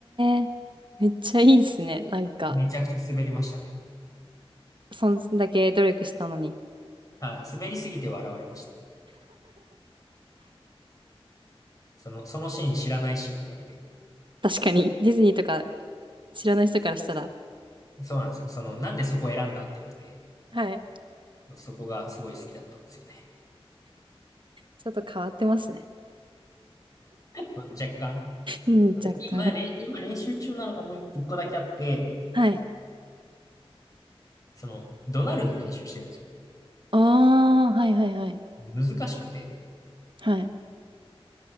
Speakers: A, on the right; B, on the left.
A: え。めっちゃいいですね。なんか、
B: めちゃくちゃ滑りましたね。
A: そんだけ努力したのに。
B: はい。滑りすぎて笑われました。その、そのシーン知らないしって言われて。
A: 確かに、ディズニーとか知らない人からしたら。
B: そうなんですよ。その、なんでそこを選んだって言われて、
A: はい。
B: そこがすごい好きだったんですよね。
A: ちょっと変わってますね。
B: まあ、若干。
A: うん、
B: で今、
A: 若干。
B: 練今練習中なのがもう一個だけあって、
A: はい。
B: その、ドナルド練習してるんですよ。
A: ああ、はいはいはい。
B: 難しくて、
A: はい。